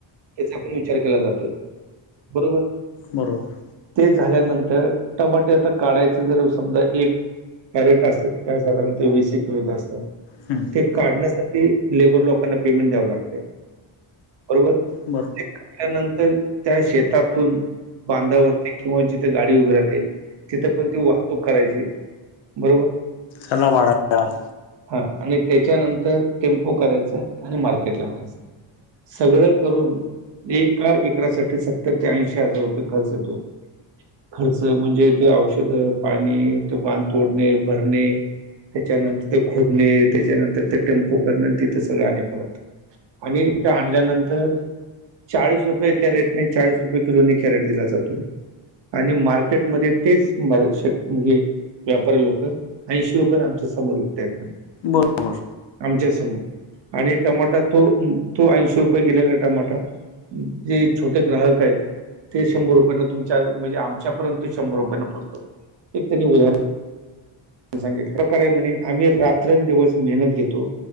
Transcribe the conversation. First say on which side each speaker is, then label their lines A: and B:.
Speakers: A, on the right (about 60°); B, on the left (about 70°).
A: याचा पण विचार केला जातोय बरोबर
B: बरोबर
A: ते झाल्यानंतर टमाटे आता काढायचं जर समजा एक कॅरेट असतं ते काय साधारणतः वीस एक किलोचे असतात
B: हू
A: ते काढण्यासाठी लेबर लोकांना पेमेंट द्यावं लागत बरोबर
B: बर
A: ह्यानंतर त्या शेतातून बांधावरती किंवा जिथ गाडी उभी राहते तिथ पण ती वाहतूक करायची बरोबर
B: चल ना वाढत्याल
A: हा आणि त्याच्यानंतर टेम्पो करायचा आणि मार्केटला आणायचं सगळं करून एका एकरासाठी सत्तर ते ऐंशी हजार रुपये खर्च येतो खर्च म्हणजे ते औषध पाणी ते बांध तोडणे भरणे त्याच्यानंतर ते खोडणे त्याच्यानंतर ते टेम्पो करण तिथ सगळ आणि परत आणि तिथं आणल्यानंतर चाळीस रुपये कॅरेटने चाळीस रुपये किलोने कॅरेट दिला जातो आणि मार्केटमध्ये तेच <unintelligible> म्हणजे व्यापारी लोक ऐंशी रुपयान आमच्यासमोर विकतायेत
B: बरोबर
A: आमच्यासमोर आणि टमाटा तो तो ऐंशी रुपये गेलेला टमाटा जे छोटे ग्राहक आहेत ते शंभरने रुपया तुमच्या म्हणजे आमच्यापर्यंत शंभर रुपयांना पोचतो एक त्यांनी उदाहर सांगितलं प्रकार आहे म्हणे आम्ही रात्रं आन दिवस मेहनत घेतो.